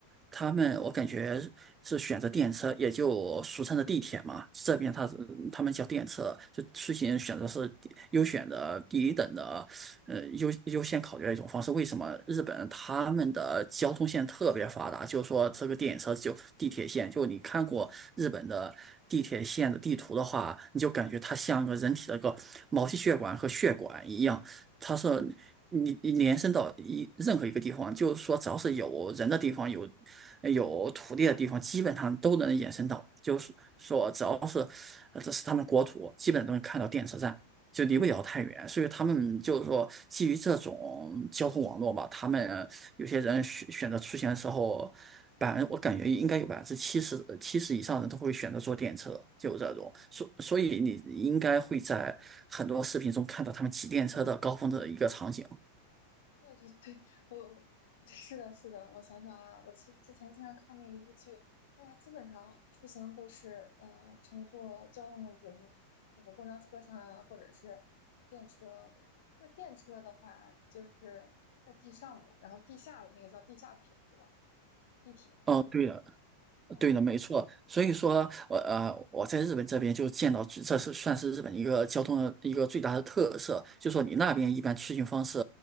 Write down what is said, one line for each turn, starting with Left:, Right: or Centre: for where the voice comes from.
Right: 他们我感觉是选择电车，也就俗称的地铁嘛，这边他他们叫电车，就出行选择是第优选的第一等的呃优优先考虑的一种方式。为什么日本他们的交通线特别发达？就是说这个电车就地铁线，就你看过日本的地铁线的地图的话，你就感觉它像个人体的一个毛细血管和血管一样，它是你你延伸到一任何一个地方，就是说只要是有人的地方，有有土地的地方，基本上都能延伸到。就是说，只要是呃这是他们国土，基本都能看到电车站。就离不了太远，所以他们就是说，基于这种交通网络吧，他们有些人选选择出行的时候，百分我感觉应该有百分之七十七十以上的人都会选择坐电车，就这种，所所以你应该会在很多视频中看到他们骑电车的高峰的一个场景。
Left: 对对对，我是的，是的。我想想啊，我之之前经常看那个日剧，大家基本上出行都是呃乘坐交通工具，就是那个公交车上啊，或者是电车。那电车的话，就是在地上的，然后地下的那个叫地下铁，对吧？地铁。
Right: 嗯，对的，
Left: 嗯。
Right: 对的，没错。所以说，我呃，我在日本这边就见到，这是算是日本一个交通的一个最大的特色，就说你那边一般出行方式，